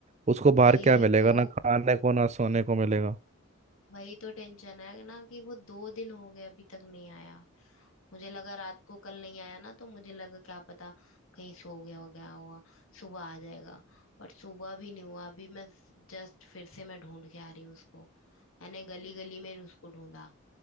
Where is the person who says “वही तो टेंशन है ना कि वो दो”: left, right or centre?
Left